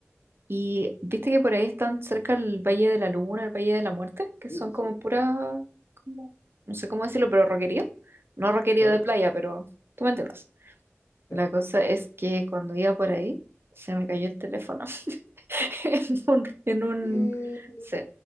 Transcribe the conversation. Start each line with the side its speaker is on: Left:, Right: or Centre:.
Right: Y viste que por ahí están cerca el Valle de la Luna, el Valle de la Muerte, que
Left: Sí,
Right: son como
Left: sí,
Right: pura, como, no sé cómo decirlo, pero roquerío. No roquerío
Left: claro.
Right: de playa, pero tú me entiendes.
Left: sí.
Right: La cosa es que cuando iba por ahí, se me cayó el teléfono <laughs> en un, en un,
Left: ¿Qué?
Right: sí.